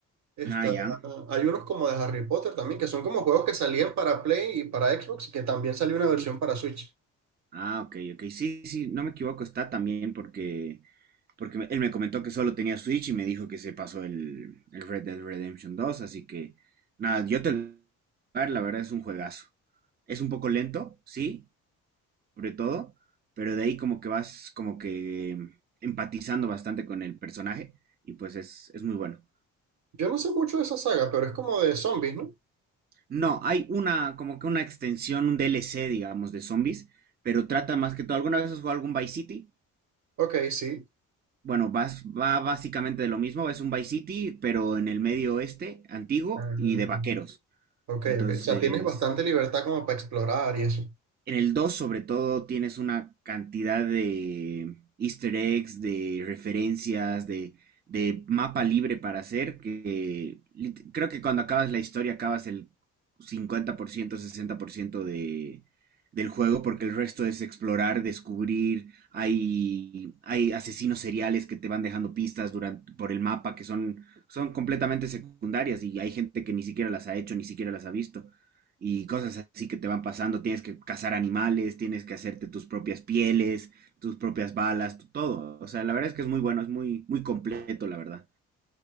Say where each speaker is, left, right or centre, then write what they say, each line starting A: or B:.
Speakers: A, on the right (about 65°); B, on the right (about 30°).
A: Está,
B: Ah, ya.
A: hay unos como de Harry Potter también, que son como juegos que salían para Play y para Xbox y que también salió una versión
B: Sí.
A: para Switch.
B: Ah, ok, ok. Sí, sí, no me equivoco, está también porque, porque me- él me comentó que solo tenía Switch y me dijo que se pasó el, el Red Dead Redemption 2, así que nada, yo te lo voy a dar, la verdad es un juegazo. Es un poco lento, sí, sobre todo, pero de ahí como que vas como que empatizando bastante con el personaje y pues es, es muy bueno.
A: Yo no sé mucho de esa saga, pero es como de zombies, ¿no?
B: No, hay una como que una extensión, un DLC, digamos, de zombies, pero trata más que todo. ¿Alguna vez has jugado algún Vice City?
A: Ok, sí.
B: Bueno, vas- va básicamente de lo mismo, es un Vice City, pero en el medio oeste, antiguo
A: Ah,
B: y de vaqueros.
A: Ok,
B: Entonces,
A: ok. O sea, tienes bastante libertad como para explorar y eso.
B: en el 2 sobre todo, tienes una cantidad de easter eggs, de referencias, de, de mapa libre para hacer, que lit- creo que cuando acabas la historia acabas el cincuenta por ciento, sesenta por ciento de, del juego, porque el resto es explorar, descubrir, hay, hay asesinos seriales que te van dejando pistas durante, por el mapa que son, son completamente secundarias y hay gente que ni siquiera las ha hecho, ni siquiera las ha visto y cosas así que te van pasando. Tienes que cazar animales, tienes que hacerte tus propias pieles, tus propias balas, tu- todo. O sea, la verdad es que es muy bueno, es muy, muy completo, la verdad.